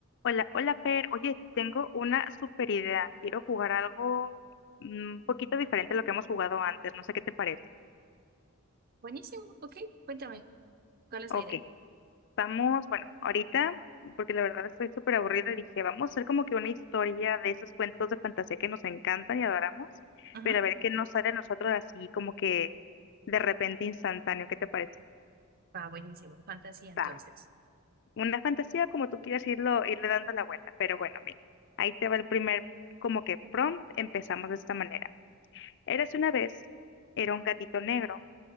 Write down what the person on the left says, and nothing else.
Hola, hola Fer. Oye, te tengo una super idea. Quiero jugar algo mm, un poquito diferente a lo que hemos jugado antes. No sé qué te parece.
Ok,
vamos, bueno, ahorita, porque la verdad estoy súper aburrida, dije, vamos a hacer como que una historia de esos cuentos de fantasía que nos encantan y adoramos,
pero a ver qué nos sale a nosotros así como que de repente instantáneo. ¿Qué te parece?
Va, una fantasía como tú quieras irlo, irle dando la vuelta, pero bueno, mira, ahí te va el primer como que prompt. Empezamos de esta manera. Érase una vez, era un gatito negro